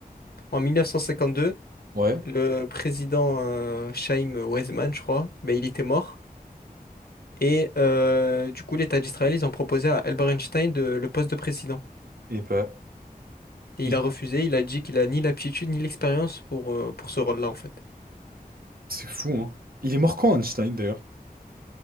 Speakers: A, on the left (about 85°); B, on the right (about 70°).
A: en 1952?
B: Ouais.
A: Le président euh, Chaim Weizmann, je crois, ben, il était mort. Et euh, du coup, l'État d'Israël, ils ont proposé à Albert Einstein de- le poste de président.
B: Eh ben,
A: Et
B: il-
A: il a refusé, il a dit qu'il a ni l'aptitude ni l'expérience pour, euh, pour ce rôle-là, en fait.
B: c'est fou hein. Il est mort quand Einstein d'ailleurs?